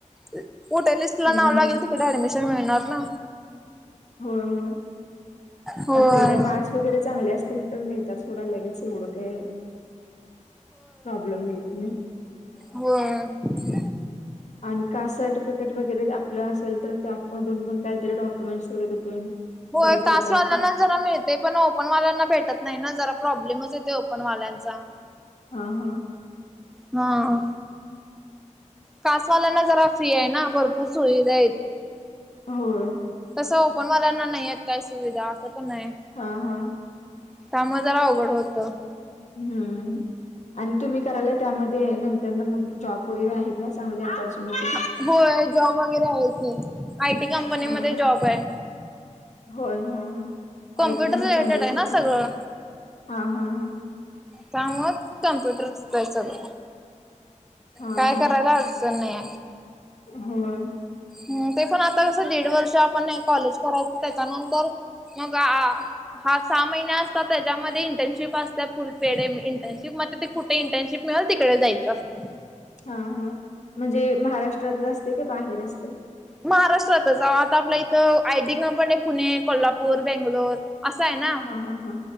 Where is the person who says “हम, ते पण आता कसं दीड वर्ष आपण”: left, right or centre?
Centre